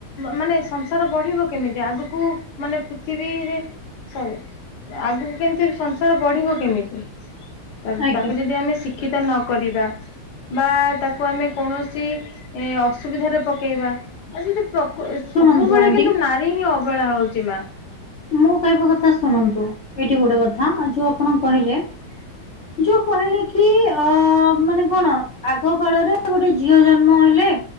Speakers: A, on the left; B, on the left.
A: ମାନେ ସଂସାର ବଢିବ କେମିତି ଆଗକୁ ମାନେ ପୃଥିବୀରେ ସରି ଆଗକୁ କେମିତି ସଂସାର ବଢିବ କେମିତି?
B: ଆଜ୍ଞା
A: ତାକୁ ଯଦି ଆମେ ଶିକ୍ଷିତ ନକରିବା ବା ତାକୁ ଆମେ କୌଣସ ସି ଅସୁବିଧାରେ ପକେଇବା ଆଉ ଯଦି ପ୍ରକୁ-ସବୁବେଳେ
B: ଶୁଣନ୍ତୁ ଆଣ୍ଟି
A: କିନ୍ତୁ ନା ରୀ ହିଁ ଅବହଳା ହଉଛି ମା।
B: ମୁଁ କହିବା କଥା ଶୁଣନ୍ତୁ! ଏଇଠି ଗୋଟେ କଥା ଆଉ, ଯୋଉ ଆପଣ କହିଲେ
A: ହ <inaudible>
B: ଯୋଉ କହିଲେ କି-ଅ ମାନେ କଣ? ଆଗ କାଳରେ ଗୋଟେ ଝିଅ ଜନ୍ମ ହେଲେ